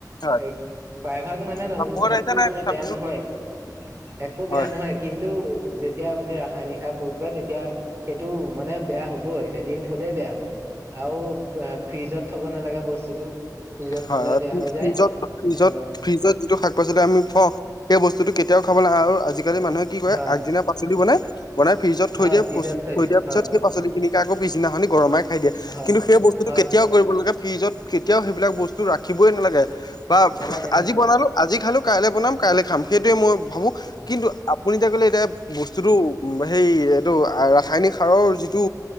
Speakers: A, on the left; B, on the right.
A: হয়
B: এক প্ৰায়ভাগ মানে ন
A: কাপোৰত
B: একো
A: আহিছে নে
B: মানে
A: চাব্জিটো
B: বেয়া নহয় <inaudible> একো
A: হয়
B: বেয়া নহয় কিন্তু যেতিয়া আপুনি ৰাসায়নিক সাৰ প্ৰয়োগ কৰে তেতিয়া সেইটো মানে বেয়া হবই এদিন থলে বেয়া হব আৰু ফ্ৰিজত থব নালাগে বস্তুটো ফিজত
A: হয়
B: থলে
A: হয়
B: বেয়া
A: ফ্ৰি-
B: হৈ যায়
A: ফ্ৰিজত ফ্ৰিজত
B: অঁ
A: ফ্ৰিজত যিটো শাক পাচলি আমি খাওঁ সেই বস্তুটো কেতিয়াও খাব নালাগে আৰু আজি আজিকালি মানুহ কি কৰে
B: হয়
A: আগদিনা পাচলি বনাই বনাই ফ্ৰিজ থৈ
B: হয়
A: দিয়ে
B: ফ্ৰিজত
A: থৈ
B: দিয়ে
A: দিয়াৰ পিছত
B: হয়
A: সেই পাচলিখিনি আকৈ পিছদিনাখনি গৰমাই খাই দিয়ে
B: হয়।
A: কি সেই বস্তু
B: হয়
A: কেতিয়াও কৰিব নালাগে ফ্ৰিজত কেতিয়াও বস্তু ৰাখিবই নালাগে বা
B: নালাগে নালাগে
A: আজি বনালো আজি খালো কাইলৈ বনাম কাইলৈ খাম সেইটোৱে মই ভাবো
B: হয়
A: কিন্তু আপুনি যে কলে এতিয়া বস্তুতটো সেই এইটো ৰাসায়নিক সাৰৰ যিটো